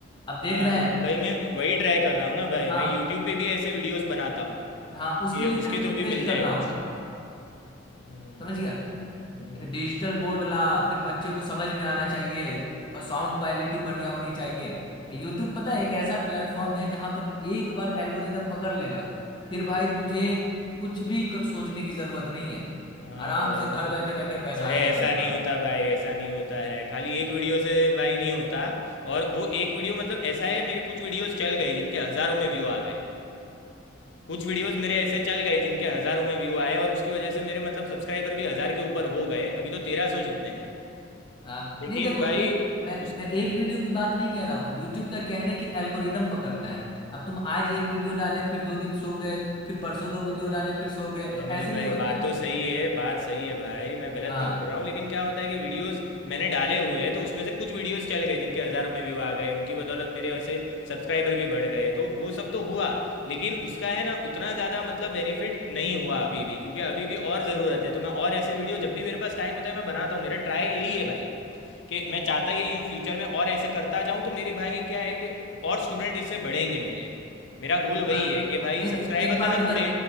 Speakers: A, on the left; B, on the left.
A: अब देख
B: हाँ
A: रहा
B: हाँ
A: है
B: भाई मैं वही ट्राई कर रहा हूँ ना भाई
A: हाँ
B: मैं यूट्यूब पे भी ऐसे वीडियोस बनाता हूँ
A: हाँ उसके
B: कि
A: लिए
B: उसके
A: तेरे को
B: थ्रू
A: इन्वेस्ट
B: भी मिल जाए
A: करना
B: कुछ
A: होगा
B: हम्म
A: समझ गया
B: हम्म,
A: डिजिटल बोर्ड ला फिर बच्चे को समझ में आना चाहिए और साउंड क्वालिटी बढ़िया होनी चाहिए यूट्यूब पता है एक ऐसा प्लेटफॉर्म है जहां पर एक बार एल्गोरिदम पकड़ लेगा फिर भाई तुझे कुछ भी कर, सोचने की जरूरत नहीं है
B: हाँ
A: आराम
B: भाई
A: से घर
B: वो तो
A: बैठे बैठे पैसा
B: अरे
A: आएगा
B: ऐसा
A: तेरे
B: नहीं
A: पास
B: होता भाई ऐसा नहीं होता है खाली एक वीडियो से भाई नहीं होता और वो एक वीडियो मतलब ऐसा है मेरे कुछ वीडियोस चल गए जिनके हज़ारों में व्यू आ गए कुछ वीडियोस मेरे ऐसे चल गए जिनके हज़ारों में व्यू आए और उसकी वजह से मेरे मतलब सब्सक्राइबर भी हज़ार के ऊपर हो गए अभी तो तेरह सौ जितने हैं
A: हाँ
B: लेकिन
A: नहीं देखो
B: भाई
A: एक मैं
B: उसका
A: मैं एक
B: हाँ।
A: वीडियो की बात नहीं कह रहा हूँ यूट्यूब का क्या है ना कि एल्गोरिदम पकड़ता है अब तुम आज एक वीडियो डाले फिर दो दिन सो गए फिर परसों दो वीडियो डाले फिर सो गए
B: अरे
A: तो
B: नहीं
A: ऐसे
B: भाई
A: नहीं होता
B: बात
A: है
B: तो सही है बात सही है भाई मैं गलत
A: हाँ,
B: नहीं बोल रहा हूँ लेकिन क्या होता है कि वीडियोस मैंने डाले हुए हैं तो उसमें से कुछ वीडियोस चल गए जिनके हज़ारों में व्यू आ गए उनकी बदौलत मेरे ऐसे सब्सक्राइबर भी बढ़ गए तो वो सब तो हुआ लेकिन उसका है ना उतना ज़्यादा मतलब बेनिफिट नहीं हुआ अभी भी क्योंकि अभी भी और ज़रूरत है तो मैं और ऐसे वीडियो जब भी मेरे पास टाइम होता है मैं बनाता हूँ मेरा ट्राई यही है भाई कि मैं चाहता यही हूँ फ्यूचर में और ऐसे करता जाऊँ तो मेरे भाई क्या है कि और स्टूडेंट इससे बढ़ेंगे मेरे मेरा गोल वही
A: हाँ
B: है कि भाई
A: नहीं
B: सब्सक्राइबर्स
A: तो एक बात
B: है ना
A: बता
B: थोड़े